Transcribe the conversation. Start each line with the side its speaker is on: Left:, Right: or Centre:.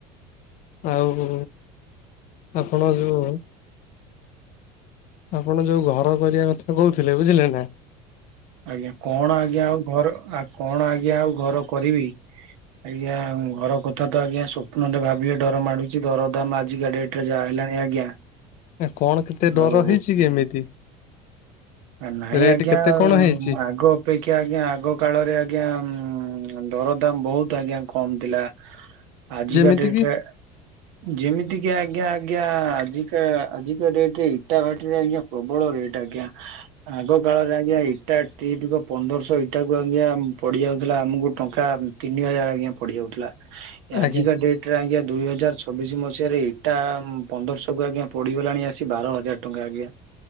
Left: ଆଉ ଆପଣ ଯୋଉ ଆପଣ ଯୋଉ ଘର କରିବା କଥା କହୁଥିଲେ ବୁଝିଲେ ନା।
Right: ଆଜ୍ଞା କଣ ଆଜ୍ଞା ଆଉ ଘର ଆ କଣ ଆଜ୍ଞା ଆଉ ଘର କରିବି। ଆଜ୍ଞା ଘର କଥା ତ ଆଜ୍ଞା ସ୍ୱପ୍ନ ରେ ଭାବିବେ ଡର ମାଡୁଛି ଘରଦାମ ଆଜିକା ଡେଟ ଜା ହେଲାଣି ଆଜ୍ଞା।
Left: ଏ କଣ କେତେ ଦର
Right: ଆଉ
Left: ହେଇଛି କି ଏମିତି?
Right: ଆ ନାଇଁ
Left: ରେଟ୍
Right: ଆଜ୍ଞା
Left: କେତେ କଣ ହେଇଛି?
Right: ଆଗ ପେକ୍ଷା ଆଜ୍ଞା ଆଗ କାଳରେ ଆଜ୍ଞା ଉ ଦରଦାମ୍ ବହୁତ୍ ଆଜ୍ଞା କମ୍ ଥିଲା।
Left: <inaudible>
Right: ଆଜିକା
Left: ଯେମିତି
Right: ଡେଟ୍ ରେ
Left: <inaudible>
Right: ଯେମିତି କି ଆଜ୍ଞା ଆଜ୍ଞା ଆଜିକା ଆଜିକା ଡେଟେରେ ଇଟା ଭାଟିରେ ଆଜ୍ଞା ପ୍ରବଳ ରେଟ୍। ଆଜ୍ଞା ଆଗ କାଳରେ ଆଜ୍ଞା ଇଟା ଟ୍ରିପିକୁ ପନ୍ଦରଶହ ଇଟାକୁ ଆଜ୍ଞା ପଡ଼ିଯାଉଥିଲା ଆମୁକୁ ଟଙ୍କା ତିନି ହଜାର ଆଜ୍ଞା ପଡ଼ିଯାଇଥିଲା। ଆଜିିକା
Left: ଆଜ୍ଞା
Right: ଡେ ଟ୍ ରେ ଆଜ୍ଞା ଦୁଇ ହଜାର ଛବିଶି ମସିହାରେ ଇଟା ପନ୍ଦରଶହକୁ ଆଜ୍ଞା ପଡ଼ିଗଲାଣି ଆସି ବାର ହଜାର ଟଙ୍କା ଆଜ୍ଞା।